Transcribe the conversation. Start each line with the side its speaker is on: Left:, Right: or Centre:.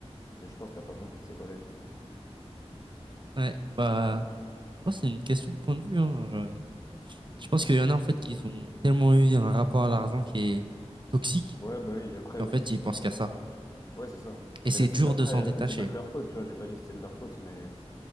Left: et je pense que t'as pas compris c'est quoi la vie.
Right: ouais. Bah, je pense que c'est une question de point de vue. hein. Euh, Je pense qu'il y en a en fait qui ont tellement eu un rapport à l'argent qui est toxique
Left: Ouais, bah oui, après,
Right: qu'en
Left: oui,
Right: fait
Left: c'est sûr.
Right: ils pensent qu'à
Left: euh,
Right: ça.
Left: ouais, ouais, c'est ça.
Right: Et
Left: C'est
Right: c'est
Left: la société.
Right: dur
Left: Après,
Right: de s'en
Left: euh,
Right: détacher.
Left: c'est pas de leur faute, tu vois. J'ai pas dit que c'était de leur faute, mais.